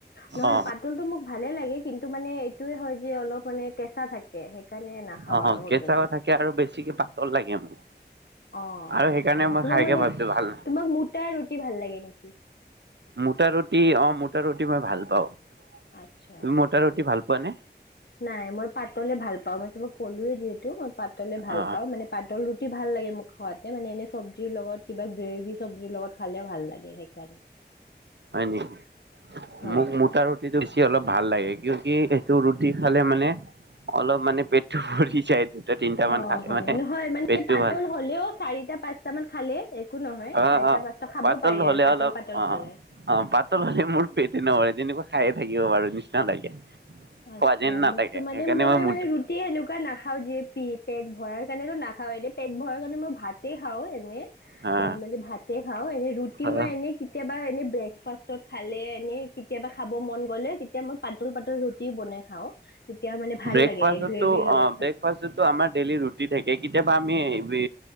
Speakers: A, on the left; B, on the right.
A: নহয়
B: অ
A: পাতলতটো মোক ভালে লাগে কিন্তু মানে এইটোয়ে হয় যে অলপ মানে কেঁচা থাকে। সেইকাৰণে নাখাওঁ
B: অ
A: আৰু হোটেলৰ
B: কেঁচাও থাকে আৰু বেছিকে পাতল লাগে মোক।
A: অ
B: আৰু সেইকাৰণে
A: অ
B: মই
A: তোমাক
B: খাইকে
A: মানে
B: ভাবছো ভাল না-
A: তোমাক মোটা ৰুটি ভাল লাগে নেকি?
B: মোটা ৰুটি অ মোটা ৰুটি মই ভাল পাওঁ।
A: আচ্ছা
B: তুমি
A: সেইকাৰণে,
B: মোটা ৰুটি ভাল পোৱা নে
A: নাই মই পাতলে ভাল পাওঁ মই তাক কলোৱে যিহেতু পাতলে ভাল
B: অ
A: পাও মানে পাতল তি ভাল লাগে মোক খোৱাতে মানে এনে চব চব্জিৰ লগত কিবা গ্ৰেভি চব্জিৰ লগত খালে ভাল লাগে সেইকাৰণে।
B: হয় নেকি
A: হয়।
B: মোক মোটা ৰুটিটো দি <unintelligible> অলপ ভাল লাগে কিয় কি সেইটো ৰুটি খালে মানে অলপ মানে পেটটো ভৰি যায় তিনটা
A: অ,
B: মান খালে
A: হয়
B: মানে
A: নহয় মানে
B: পেটটো
A: পাতল
B: ভাল
A: হলেও চাৰিটা, পাঁচটা মান খালে নহয়
B: অ',
A: চাৰিটা
B: অ',
A: পাঁচটা খাব
B: পাতল
A: পাৰি
B: হলে
A: আৰু পাতল
B: অলপ
A: পাতল
B: অ',
A: খালে
B: অ', পাতল হলে মোৰ পেট নভৰে তেনেকুৱা খায়ে থাকিব বাৰু নিচিনা লাগে খোৱা
A: আচ্ছা
B: যেন নালাগে
A: মোকতো মানে
B: সেইকাৰণে
A: মই
B: মোটা
A: মানে ৰুটি সেনেকুৱা নাখাও যিয় পেট ভৰাৰ কাৰনেতো নাখাও এনে পেট ভৰা মানে মই ভাতে খাওঁ এনে।
B: হা
A: নৰ্মেলি ভাতে খাও এনে ৰুটি
B: অ
A: মই এনেই কেতিয়াবা এনে ব্ৰে ব্ৰেকফাষ্টত খালে এনে কেতিয়াবা খাব মন ক'লে তেতিয়া মই পাতল পাতল <unintelligible> বনাই খাওঁ তেতিয়া মানে ভাল
B: ব্ৰেকফাষ্টো
A: লাগে গ্ৰেভিৰ লগত
B: অ ব্ৰেকফাষ্টতো
A: খালে
B: আমাৰ ডেইলি ৰুটি থাকে কেতিয়াবা বা আমি বি